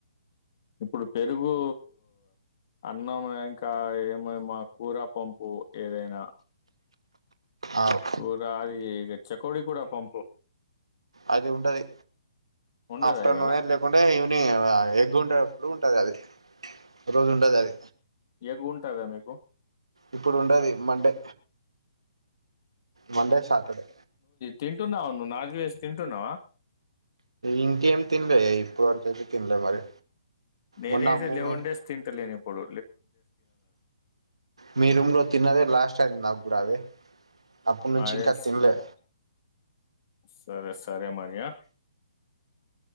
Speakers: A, on the left (about 45°); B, on the right (about 75°).
A: ఇప్పుడు పెరుగూ అన్నం ఇంకా ఏమేమా కూరా పంపు ఏదైనా
B: అవు
A: కూర అది చేకోడికూడా పంపు
B: అది ఉంటది
A: ఉండదా
B: ఆఫ్టర్నూనే
A: ఇవాళ?
B: లేకుంటే ఈవినింగ్ ఆ ఎగ్గు ఉండేటప్పుడు ఉంటది అది రోజుండదది
A: ఎగ్గుంటదా మీకు
B: ఇప్పుడు ఉండది మండే మండే సాటర్డే
A: తింటున్నావనువ్ నాక్ చేసి తింటున్నావా
B: ఇంకేం తిన్లే ఇప్పుడువరకైతే తిన్లే మరి
A: నేనైతే
B: మొన్న మూవీ
A: లెవెన్ డేస్ తింటలేనిప్పుడు
B: మీ రూమ్ లో తిన్నదే లాస్ట్ అయ్యింది నాకు కూడా అది అప్పటి నుంచి
A: అదే
B: ఇంకా
A: సరే
B: తినలే
A: సరే సరే మరి ఆ